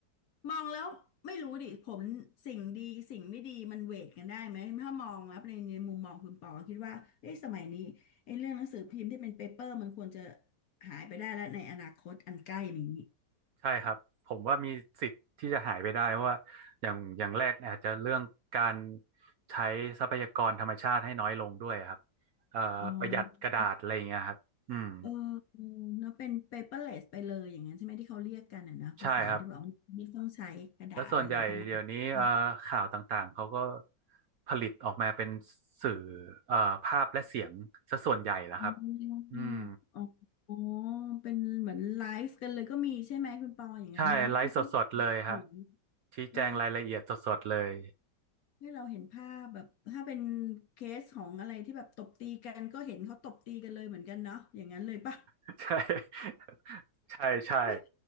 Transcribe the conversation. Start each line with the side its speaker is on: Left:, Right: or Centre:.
Left: มองแล้วไม่รู้ดิผมสิ่งดีสิ่งไม่ดีมันเวทกันได้ไหมถ้ามองแล้วในในมุมมองคุณปอคิดว่าเอ้สมัยนี้ไอ้เรื่องหนังสือพิมพ์ที่เป็นเปเปอร์มันควรจะหายไปได้แล้วในอนาคตอันใกล้นี้
Right: ใช่ครับผมว่ามีสิทธิ์ที่จะหายไปได้เพราะว่าอย่างอย่างแรกอาจจะเรื่องการใช้ทรัพยากรธรรมชาติให้น้อยลงด้วยครับเอ่อประหยัดกระดาษอะไรอย่างเงี้ยครับอืม
Left: อ๋อ เออเนาะเป็น paperless ไปเลยอย่างนั้นใช่ไหมที่เขาเรียกกันอ่ะนะภาษาที่แบบว่าไม่ต้องใช้กระดาษอะไรประมาณอ๋อ
Right: ใช่ครับ แล้วส่วนใหญ่เดี๋ยวนี้เอ่อข่าวต่างๆเขาก็ผลิตออกมาเป็นสื่อเอ่อภาพและเสียงซะส่วนใหญ่แล้วครับ
Left: อืม
Right: อืม
Left: อืมอ๋ออ๋อเป็นเหมือนไลฟ์กันเลยก็มีใช่ไหมคุณปออย่างนั้นเนาะที่พี่
Right: ใช่ไลฟ์สดๆเลยฮะ
Left: อยู่
Right: ชี้แจงรายละเอียดสดๆเลย
Left: เออให้เราเห็นภาพแบบถ้าเป็นเคสของอะไรที่แบบตบตีกันก็เห็นเขาตบตีกันเลยเหมือนกันเนาะอย่างนั้นเลยปะ
Right: <laughs> ใช่ <laughs> ใช่ใช่
Left: ไม่ <laughs>